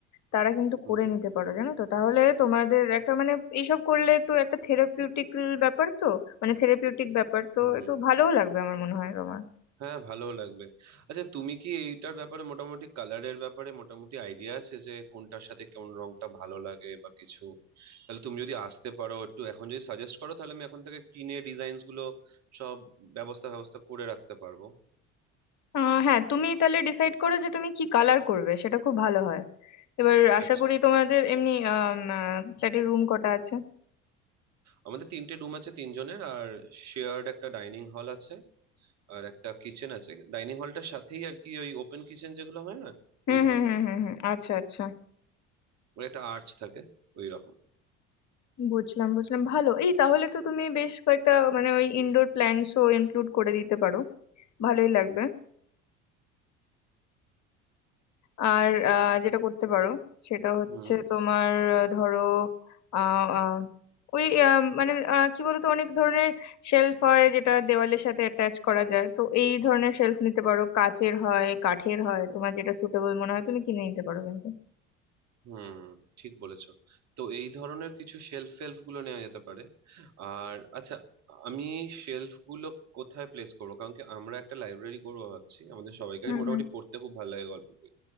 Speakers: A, on the left (about 55°); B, on the right (about 50°).
A: তারা কিন্তু
B: হুম
A: করে নিতে পারো জানো তো তাহলে তোমাদের একটা মানে এইসব করলে একটু একটা থেরাপিউটিক ব্যাপার তো মানে থেরাপিউটিক ব্যাপার তো
B: হুম
A: একটু ভালোও লাগবে আমার মনে হয় তোমার
B: হ্যাঁ ভালো লাগবে আচ্ছা তুমি কি এইটার ব্যাপারে মোটামুটি কালারের ব্যাপারে মোটামুটি আইডিয়া আছে যে কোনটার সাথে কোন রংটা ভালো লাগে বা কিছু তাহলে তুমি যদি আসতে পারো একটু এখন যদি সাজেস্ট করো তাহলে আমি এখন থেকে কিনে ডিজাইনস গুলো সব ব্যবস্থা ব্যবস্থা করে রাখতে পারবো
A: আহ, হ্যাঁ তুমি তাহলে ডিসাইড করো যে তুমি কি কালার করবে সেটা খুব ভালো হয় এবার আশা
B: আচ্ছা
A: করি তোমাদের এমনি ফ্ল্যাটের রুম কটা আছে
B: আমাদের তিনটে রুম আছে তিনজনের আর শেয়ার্ড একটা ডাইনিং হল আছে আর একটা কিচেন আছে ডাইনিং হলটার সাথেই আর কি ওই ওপেন কিচেন যেগুলো হয় না
A: হুম
B: ওই ধরনের
A: হুম হুম হুম হুম আচ্ছা আচ্ছা
B: ওই একটা আর্চ থাকে ওই রকম
A: বুঝলাম বুঝলাম ভালো এই তাহলে তো তুমি বেশ কয়েকটা মানে ওই ইনডোর প্ল্যান্টসও ইনক্লুড করে দিতে পারো ভালোই লাগবে আর আহ, যেটা করতে পারো সেটা হচ্ছে
B: হুম
A: তোমার আহ, ধরো আহ, আহ, ওই আহ, মানে আহ, কি বলতো অনেক ধরনের শেলফ হয় যেটা দেওয়ালের সাথে অ্যাটাচ করা যায় তো এই ধরনের শেলফ নিতে পারো কাচের হয় কাঠের হয় তোমার যেটা সুটেবল মনে হয় তুমি কিনে নিতে পারো কিন্তু
B: হুম ঠিক বলেছো তো এই ধরনের কিছু শেলফ ফেলফ গুলো নেওয়া যেতে পারে আর আচ্ছা আমি শেলফ গুলো কোথায় প্লেস করবো কারণ কি আমরা একটা লাইব্রেরি করবো ভাবছি আমাদের সবাইকারই
A: হুম
B: মোটামুটি
A: হুম
B: পড়তে খুব ভালো লাগে গল্পের বই